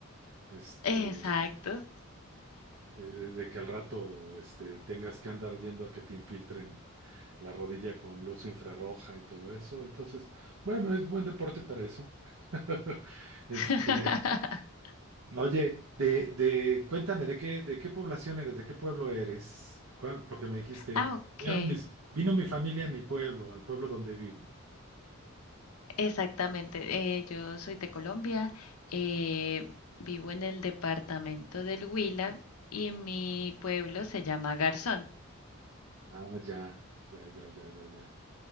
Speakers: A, on the right; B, on the left.
A: Este.
B: Exacto.
A: eh, de que al rato este, tengas que andar yendo a que te infiltren la rodilla con luz infrarroja y todo eso. Entonces, bueno, es buen deporte para eso. <laughs> Este,
B: <laughs>
A: oye, de, de, cuéntame, ¿de qué, de qué población eres? ¿De qué pueblo eres? ¿Cuál- Porque me dijiste,
B: Ah, ok.
A: vinieron mis, vino mi familia a mi pueblo, al pueblo donde vivo.
B: Exactamente, eh, yo soy de Colombia, eh, vivo en el departamento del Huila y mi pueblo se llama Garzón.
A: Ah, ya, ya, ya, ya, ya, ya.